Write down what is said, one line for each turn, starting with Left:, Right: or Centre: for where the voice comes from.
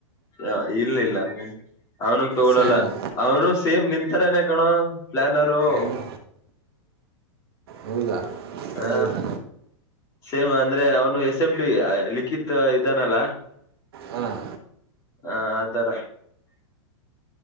Left: ಹ ಇಲ್ಲ ಇಲ್ಲ ಹ ಅವನು ತಗೊಳಲ್ಲ
Right: ಸೇಮು
Left: ಅವನು ಸೇಮ್ ನಿಂತರನೇ. ಣ ಪ್ಲಾನರು.
Right: ಏನು ಹೌದಾ ಪರವಾಗಿಲ್ಲ
Left: ಹಾ ಸೇಮ್ ಅಂದ್ರೆ ಅವನು ಎಸ್ ಎಂ್ ಟಿ ಲಿಖತ್ ಇದಾನಲ್ಲ
Right: ಹಾಂ
Left: ಆ ಆತರ